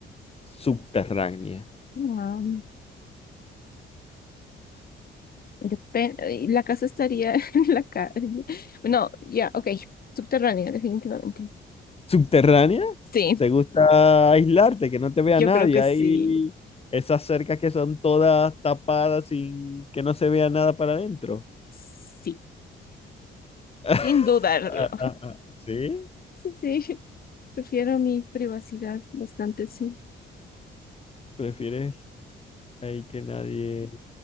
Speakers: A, on the left; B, on the left.
A: subterránea?
B: Ah, depen- y la casa estaría <laughs> en la calle. No, ya, ok. Subterránea, definitivamente.
A: subterránea,
B: Sí,
A: te gusta aislarte, que no te vea
B: yo
A: nadie.
B: creo que
A: Hay
B: sí.
A: esas cercas que son todas tapadas sin que no se vea nada para adentro.
B: Sí,
A: <laughs>
B: sin dudarlo.
A: Ah, ah, ah, ¿Sí?
B: Sí, sí, prefiero mi privacidad bastante, sí.
A: ¿Prefieres ahí que nadie